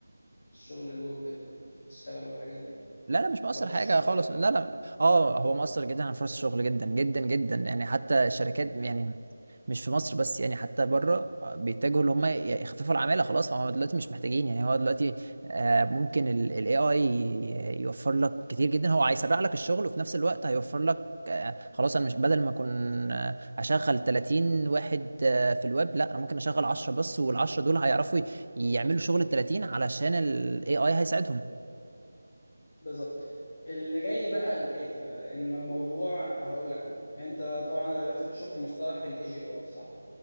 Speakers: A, on the left; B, on the right.
A: الشغل الويب اللي بتشتغل والحاجات دي
B: لا لا مش
A: فرص
B: مؤثر حاجة
A: الشغل
B: خالص
A: على الاغلب
B: لا لا اه هو مؤثر جدا على فرص الشغل جدا جدا جدا يعني حتى الشركات يعني مش في مصر بس يعني حتى بره بيتجهوا ان هم يخففوا العمالة خلاص فهم دلوقتي مش محتاجين يعني هو دلوقتي آه، ممكن الاي اي يوفر لك كتير جدا هو هيسرع لك الشغل وفي نفس الوقت هيوفر لك آه، خلاص انا مش بدل ما اكون آه، هشغل 30 واحد آه، في الويب لا انا ممكن اشغل 10 بس وال10 دول هيعرفوا يعملوا شغل ال 30 علشان الاي اي هيساعدهم
A: بالظبط اللي جاي بقى الاتي بقى ان الموضوع هقول لك انا انت طبعا عرفت شفت مصطلح الاي جي اي صح